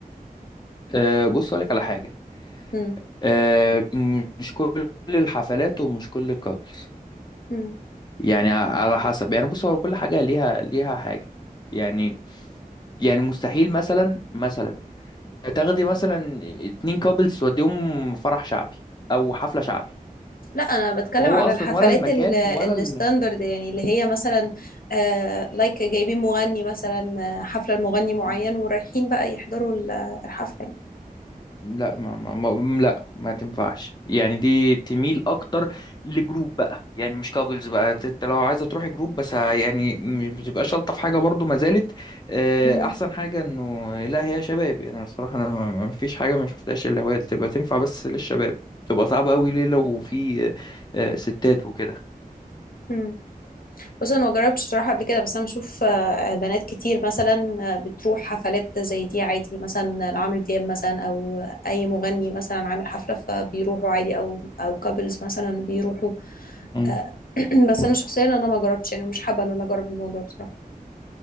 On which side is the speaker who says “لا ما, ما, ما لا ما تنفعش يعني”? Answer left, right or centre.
Left